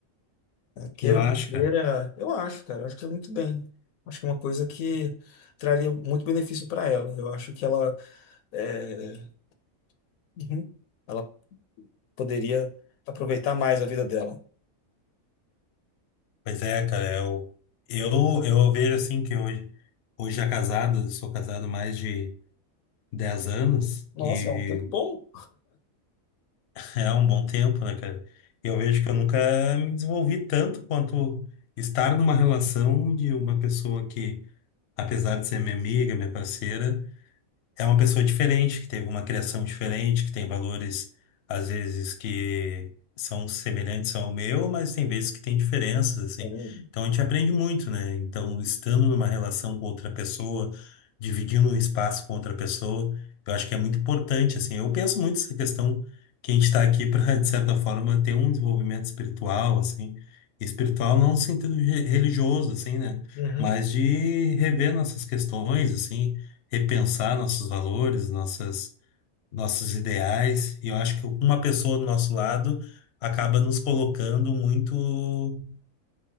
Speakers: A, on the left (about 80°); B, on the left (about 60°).
A: Queira
B: Eu acho,
A: ou não queira,
B: cara.
A: eu acho, cara, eu acho que é muito bem. Acho que é uma coisa que traria muito benefício para ela. Eu acho que ela, é, uhum, ela poderia aproveitar mais a vida dela.
B: Pois é, cara, eu, eu, eu vejo assim que hoje, hoje já casado, eu sou casado há mais de 10 anos
A: Nossa,
B: e
A: é um tempo bom.
B: <laughs> é um bom tempo, né, cara? Eu vejo que eu nunca me desenvolvi tanto quanto estar numa relação de uma pessoa que, apesar de ser minha amiga, minha parceira, é uma pessoa diferente, que teve uma criação diferente, que tem valores, às vezes, que são semelhantes ao meu, mas tem vezes que tem diferenças, assim.
A: Uhum.
B: Então a gente aprende muito, né? Então, estando numa relação com outra pessoa, dividindo um espaço com outra pessoa, eu acho que é muito importante, assim. Eu penso muito nessa questão que a gente está aqui para, <laughs> de certa forma, ter um desenvolvimento espiritual, assim. Espiritual não no sentido re- religioso, assim, né?
A: Uhum.
B: Mas de rever nossas questões, assim repensar nossos valores, nossas, nossos ideais. E eu acho que uma pessoa do nosso lado acaba nos colocando muito